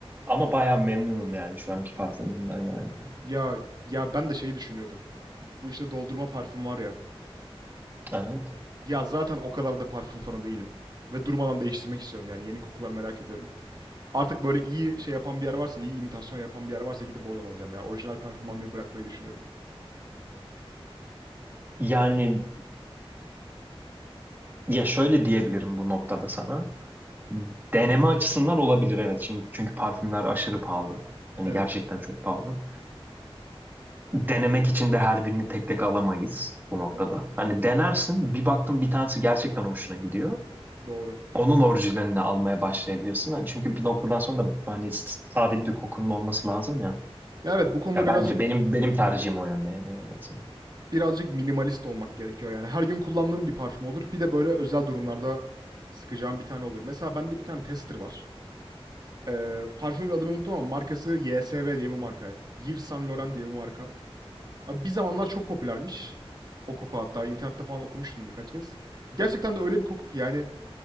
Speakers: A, on the right; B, on the right.
A: Ama bayağı memnunum yani şu anki parfümümden yani.
B: Ya ya ben de şeyi düşünüyordum. Bu işte doldurma parfüm var ya.
A: Evet.
B: Ya zaten o kadar da parfüm fanı değilim. Ve durmadan değiştirmek istiyorum yani yeni kokular merak ediyorum. Artık böyle iyi şey yapan bir yer varsa, iyi imitasyon yapan bir yer varsa gidip oradan alacağım ya. Orijinal parfüm almayı bırakmayı düşünüyorum.
A: Yani ya şöyle diyebilirim bu noktada sana. Deneme açısından olabilir evet. Şimdi çünkü parfümler aşırı pahalı. Hani
B: Evet,
A: gerçekten çok pahalı. Denemek için de her birini tek tek alamayız bu noktada.
B: doğru.
A: Hani denersin bir baktın bir tanesi gerçekten hoşuna gidiyor.
B: Doğru.
A: Onun orijinalini almaya başlayabilirsin. Hani Çünkü bir noktadan sonra da hani s- sabit bir kokunun olması lazım ya.
B: Ya evet bu konuda
A: Ya
B: birazcık
A: bence benim benim tercihim o yönde yani en azından.
B: birazcık minimalist olmak gerekiyor yani. Her gün kullandığım bir parfüm olur. Bir de böyle özel durumlarda sıkacağım bir tane olur. Mesela bende bir tane tester var. Ee, parfümün adını unuttum ama markası YSV diye bir marka. Yves Saint Laurent diye bir marka. Abi bir zamanlar çok popülermiş. O koku hatta internette falan okumuştum birkaç kez. Gerçekten de öyle bir koku ki yani